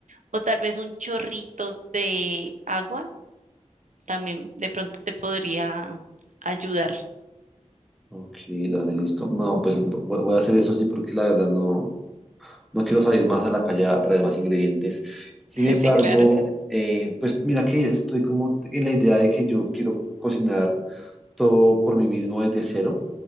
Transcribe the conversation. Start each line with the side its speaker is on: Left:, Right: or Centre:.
Right: o tal vez un chorrito de agua, también de pronto te podría ayudar.
Centre: Ok, dale, listo. No, pues vo- voy a hacer eso sí porque la verdad no, no quiero salir más a la calle a traer más ingredientes. Sin
Right: <laughs>
Centre: Sí, embargo,
Right: Sí, claro.
Centre: claro. eh, pues mira que estoy como en la idea de que yo quiero cocinar todo por mí mismo desde cero.